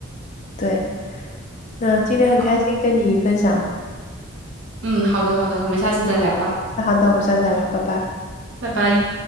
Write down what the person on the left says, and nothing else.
对，那今天很开心跟你分享。
那好的，我们下次再聊，拜拜。